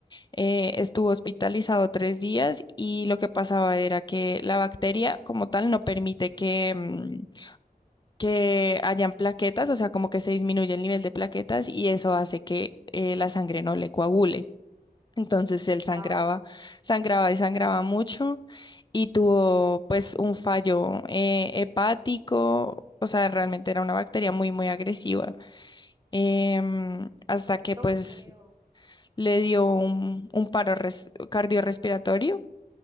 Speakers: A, on the left; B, on the right.
A: Eh, estuvo hospitalizado tres días y lo que pasaba era que la bacteria como tal no permite que, mm, que hayan plaquetas, o sea, como que se disminuye el nivel de plaquetas y eso hace que eh, la sangre no le coagule. Entonces él sangraba,
B: Claro,
A: sangraba y sangraba mucho y tuvo pues un fallo eh, hepático, o sea, realmente era una bacteria muy, muy agresiva. Em, hasta que
B: yo
A: pues
B: creo,
A: le dio
B: sí.
A: un, un paro res- cardiorrespiratorio